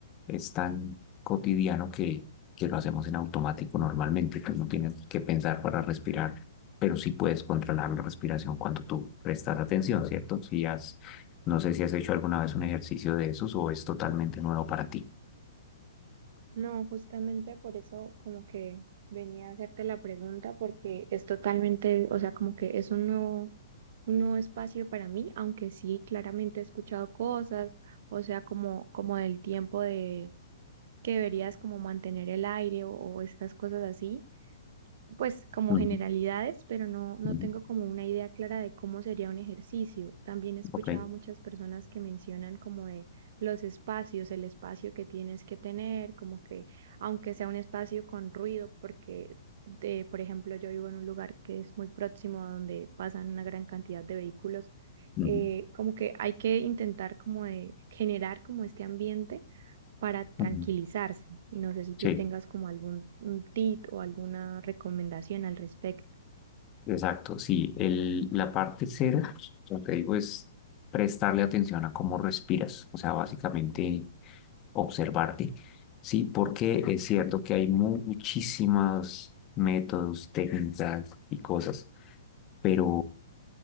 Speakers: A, on the left; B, on the right.
A: es tan cotidiano que, que lo hacemos en automático normalmente, que no tienes que pensar para respirar, pero sí puedes controlar la respiración cuando tú prestas atención, ¿cierto? Si has, no sé si has hecho alguna vez un ejercicio de esos o es totalmente nuevo para ti.
B: No, justamente por eso como que venía a hacerte la pregunta porque es totalmente, o sea, como que es un nuevo, un nuevo espacio para mí, aunque sí, claramente he escuchado cosas, o sea, como, como del tiempo de que deberías como mantener el aire o, o estas cosas así, pues como
A: Ujú,
B: generalidades, pero no, no
A: ujú,
B: tengo como una idea clara de cómo sería un ejercicio. También he escuchado
A: ok,
B: a muchas personas que mencionan como de los espacios, el espacio que tienes que tener, como que aunque sea un espacio con ruido, porque de, por ejemplo, yo vivo en un lugar que es muy próximo a donde pasan una gran cantidad de vehículos,
A: ujú,
B: eh, como que hay que intentar como de generar como este ambiente para tranquilizarse.
A: ujú.
B: No sé si tú
A: Sí,
B: tengas como algún un tip o alguna recomendación al respecto.
A: exacto. Sí, el, la parte cera, como te digo, es prestarle atención a cómo respiras. O sea, básicamente observarte, ¿sí? Porque es cierto que hay mu- muchísimos métodos, técnicas y cosas, pero